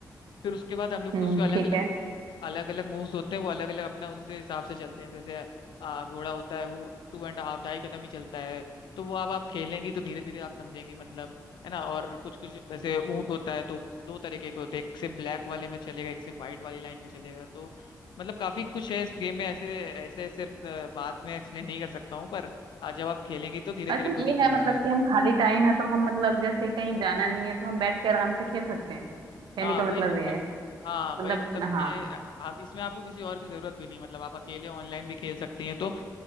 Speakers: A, on the left (about 80°); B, on the right (about 85°).
A: फिर उसके बाद हम लोग
B: हम्म
A: को उसको अलग
B: ठीक है
A: अलग अलग मूव्स होते हैं वो अलग अलग अपना उसके हिसाब से चलते हैं जैसे आ, घोड़ा होता है वो टू एंड हाफ ढाई कदम ही चलता है तो वो अब आप खेलेंगी तो धीरे धीरे आप समझेंगी मतलब है ना और कुछ कुछ जैसे ऊंट होता है तो दो तरीके के होते हैं एक से ब्लैक वाले में चलेगा एक से व्हाइट वाली लाइन में चलेगा तो मतलब काफी कुछ है इस गेम में ऐसे ऐसे ऐसे अ, बात में एक्सप्लेन नहीं कर सकता हूँ पर आ, जब आप खेलेंगी तो धीरे
B: अच्छा
A: धीरे खुद
B: ये
A: ही समझ
B: है मतलब
A: में आएगा
B: कि हम खाली टाइम है तो हम मतलब जैसे कहीं जाना नहीं है तो हम बैठ के आराम से खेल सकते हैं कहने
A: हाँ
B: का
A: वही
B: मतलब
A: मतलब
B: ये है
A: हाँ वही
B: मतलब
A: मतलब
B: हाँ
A: ये आ, इसमें आपको किसी और की जरूरत भी नहीं मतलब आप अकेले ऑनलाइन भी खेल सकती हैं तो अ,